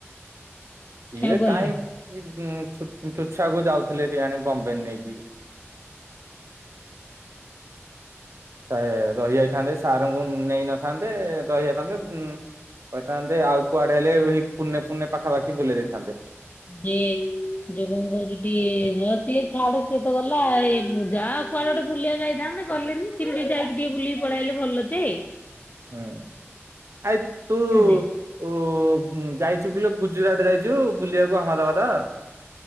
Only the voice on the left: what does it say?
ସେ ଆଉ ଗଲେନି
ଯେ ଯୋଉ କଣ କହୁଛି ଟିକେ ହ ସଏ ଥଡେ ସିଏ ତ ଗଲା ଏ ଯା କୁଆଡ ଗୋଟେ ବୁଲିବା ଯାଇଥାନ୍ତତା ଗଲେନି ତିରି ଟିକେ ଯକି ଟିକେ ବୁଲିକି ପଳେଇଲେ ଭଲ ଅଛେ।
ନାହିଁ।